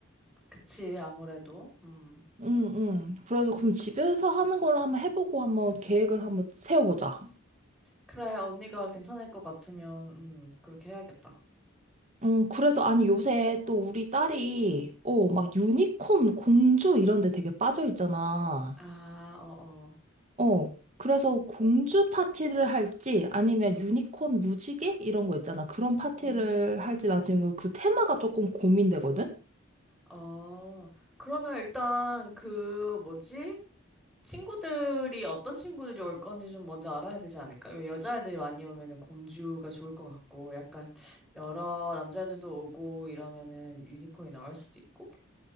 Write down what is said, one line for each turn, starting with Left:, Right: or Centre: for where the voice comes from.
Centre: 그치, 아무래도. 음.
Right: 응, 응. 그래서 그럼 집에서 하는 걸 한번 해보고 한번 계획을 한번 세워보자.
Centre: 그래, 언니가 괜찮을 것 같으면, 음, 그렇게 해야겠다.
Right: 음, 그래서 아니 요새 또 우리 딸이 어, 막 유니콘 공주 이런 데 되게 빠져 있잖아.
Centre: 아, 어, 어.
Right: 어. 그래서 공주 파티를 할지 아니면
Centre: 음.
Right: 유니콘 무지개 이런 거 있잖아. 그런 파티를
Centre: 음.
Right: 할지 나 지금 그 테마가 조금 고민되거든.
Centre: 어. 그러면 일단 그 뭐지? 친구들이 어떤 친구들이 올 건지 좀 먼저 알아야 되지 않을까? 왜 여자애들이 많이 오면은 공주가 좋을 것 같고 약간 여러 남자들도 오고 이러면은 유니콘이 나올 수도 있고.